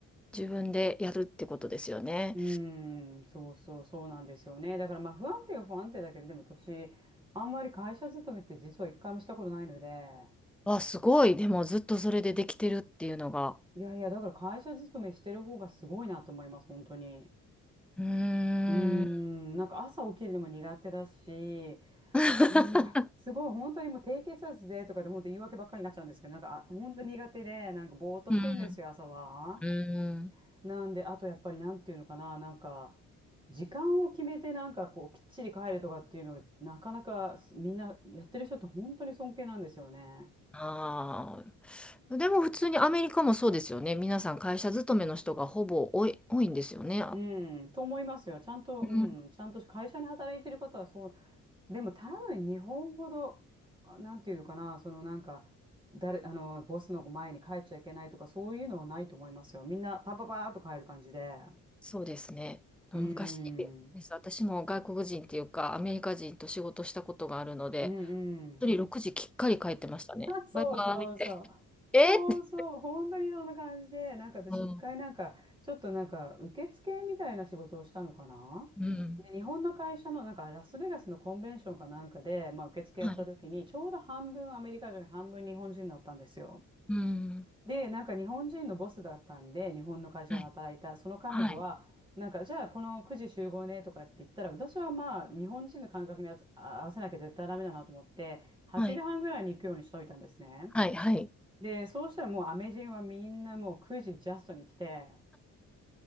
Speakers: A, in the centre; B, on the right.
A: う自分でやるってことですよね。
B: うーん、そうそう、そうなんですよね。だからまあ不安定は不安定だけど、でも私、あんまり会社勤めって実は一回もしたことないので、
A: わあ、すごい。でもずっとそれでできてるっていうのが。
B: いやいや、だから会社勤めしてる方がすごいなと思います、本当に。
A: うーん。
B: うーん、なんか朝起きるのも苦手だし、
A: <laughs>
B: なんかすごい本当にもう低血圧でとかで本当言い訳ばっかりになっちゃうんですけど、なんかあ本当苦手で、なんかぼーっとしてるんですよ、
A: うん。
B: 朝は。
A: うん。
B: なんで、あとやっぱりなんていうのかな、なんか、時間を決めてなんかこう、きっちり帰るとかっていうのが、なかなかすみんなやってる人って本当に尊敬なんですよね。
A: ああ。でも普通にアメリカもそうですよね。皆さん会社勤めの人がほぼ多い、多いんですよね。
B: うん、と思いますよ。ちゃんと、
A: うん、
B: うん、ちゃんと会社に働いてる方はそう。でも多分日本ほど、あなんていうのかな、そのなんか、誰、あの、ボスの前に帰っちゃいけないとか、そういうのはないと思いますよ。みんなパパパーっと帰る感じで。
A: そうですね。
B: うん、
A: 昔です。私も外国人っていうかアメリカ人と仕事したことがあるので、
B: うん、うん。
A: 一人6時きっかり帰ってましたね。
B: <laughs> あそうそうそう。
A: バイバイって。<laughs> えって。
B: そうそう、本当にそんな感じで、なんか私、
A: <laughs> うん。
B: 一回なんか、ちょっとなんか、受付みたいな仕事をしたのかな。
A: うん。
B: で、日本の会社の、なんか、ラスベガスのコンベンションかなんかで、まあ、受付やった時に、
A: はい。
B: ちょうど半分アメリカ人、半分日本人だったんですよ。
A: うん。
B: で、なんか、日本人のボスだったんで、日本の会社で働いた、
A: はい。
B: その彼女は、
A: はい。
B: なんか、じゃあ、この9時集合ねとかって言ったら、私はまあ、日本人の感覚にあ合わせなきゃ絶対ダメだなと思って、8時半ぐらいに行くようにしといたんですね。
A: はい。はい。はい。
B: で、そうしたらもうアメ人はみんなもう9時ジャストに来て、